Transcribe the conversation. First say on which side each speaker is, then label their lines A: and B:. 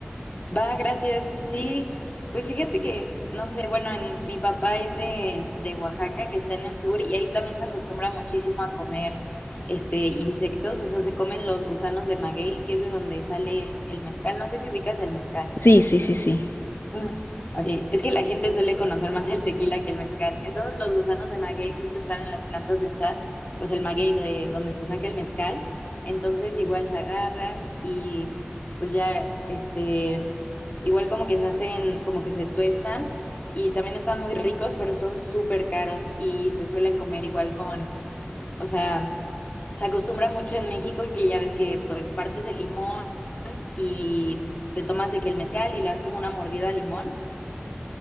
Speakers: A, on the left; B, on the left.
A: Va, gracias. Sí, pues fíjate que, no sé, bueno, en, mi papá es de, de Oaxaca, que está en el sur, y ahí también se acostumbra muchísimo a comer este insectos, o sea, se comen los gusanos de maguey, que es de donde sale el mezcal. No sé si ubicas el mezcal.
B: Sí, sí, sí, sí.
A: Mm, ok, es que la gente suele conocer más el tequila que el mezcal. Entonces, los gusanos de maguey justo están en las plantas de estas, pues el maguey de donde se saca el mezcal. Entonces, igual se agarran y pues ya, este, igual como que se hacen, como que se tuestan y también están muy ricos, pero son súper caros y se suelen comer igual con, o sea, se acostumbra mucho en México que ya ves que pues partes el limón y te tomas de que el mezcal y le das como una mordida al limón